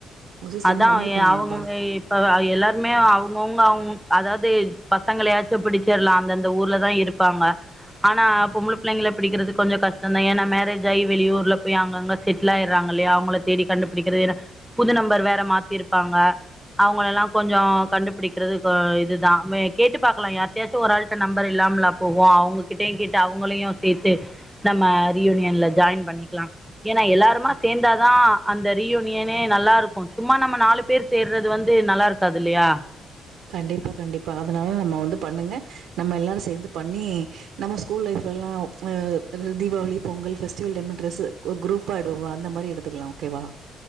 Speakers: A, on the right; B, in the centre.
A: மோஸ்ட்லி
B: அதான்
A: சென்ட் பண்ணியிருப்பாங்க
B: அவங்க
A: நம்பா.
B: இப்ப எல்லாருமே அவங்கவுங்க அவங்க அதாவது பசங்களயாச்சும் பிடிச்சிடலாம் அந்தந்த ஊர்லதான் இருப்பாங்க ஆனா பொம்பள பிள்ளைங்களை பிடிக்கிறது கொஞ்சம் கஷ்டதான் ஏன்னா மேரேஜ் ஆகி வெளியூர்ல போய் அங்கங்க செட்டில் ஆயறாங்க ல்லையா அவங்கள தேடி கண்டுபிடிக்கிறது புது நம்பர் வேற மாத்திருப்பாங்க அவங்கள எல்லாம் கொஞ்சம் கண்டுபிடிக்கிறது இதுதான் கேட்டு பாார்கக்கலாம் யார்ட்டயாச்சும் ஒரு ஆள்ட நம்பர் இல்ல நம்லா போவோம் அவுங்ககிட்டையே கேட்டு அவுங்களையும் சேர்த்து நம்ம ரியூனியன்ல ஜாயின் பண்ணிக்கலாம் ஏன்னா எல்லாருமா
A: க
B: சேர்ந்தாதான் அந்த ரீயூனியனே நல்லா இருக்கு சும்மா நம்ம நாலு பேர் சேர்றது வந்து நல்லாருக்காது இல்லையா
A: கண்டிப்பா கண்டிப்பா அதனால நம்ம வந்து பண்ணுங்க நம்ம எல்லாரு சேர்ந்து பண்ணி நம்ம ஸ்கூல் லைஃப் ரெலாவ் அ Deepavali Pongal festival time dress குரூப்பாடுவ அந்த மாரி எடுத்துக்கலா ஓகே எவா